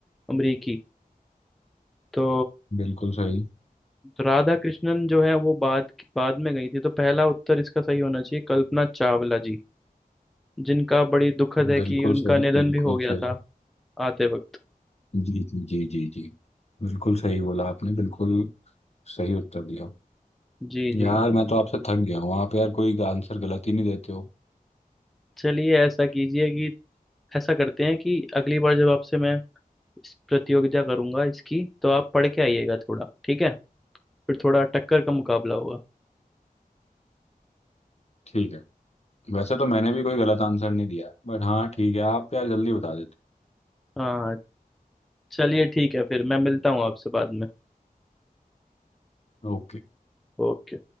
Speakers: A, in the centre; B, on the left (about 45°).
A: अमरीकी तो
B: बिल्कुल सही
A: तो राधा कृष्णन जो है वो बाद बाद में गई थी तो पहला उत्तर इसका सही होना चाहिए कल्पना चावला जी जिनका बड़ी दुखद है
B: बिल्कुल
A: कि उनका
B: सही
A: निधन
B: बिल्कुल
A: भी हो गया
B: सही
A: था आते वक्त
B: जी जी जी जी जी बिल्कुल सही बोला आपने बिल्कुल सही उत्तर दिया
A: जी
B: यार
A: जी
B: मैं तो आपसे थक गया हूँ आप यार कोई आंसर गलत ही नहीं देते हो
A: चलिए ऐसा कीजिए कि ऐसा करते हैं कि अगली बार जब आपसे मैं इस प्रतियोगिता करूंगा इसकी तो आप पढ़ के आइएगा थोड़ा ठीक है फिर थोड़ा टक्कर का मुकाबला होगा
B: ठीक है वैसे तो मैंने भी कोई गलत आंसर नहीं दिया बट हाँ ठीक है आप यार जल्दी बता देते
A: हाँ चलिए ठीक है फिर मैं मिलता हूँ आपसे बाद में
B: ओके
A: ओके